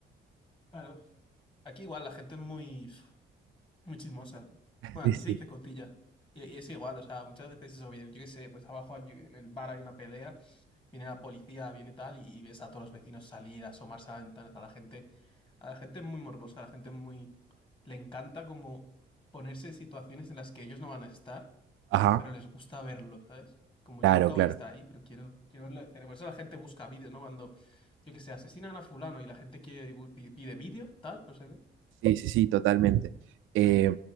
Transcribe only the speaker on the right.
Sí,
sí.
Ajá,
claro,
claro.
Sí, sí, sí, totalmente. Eh,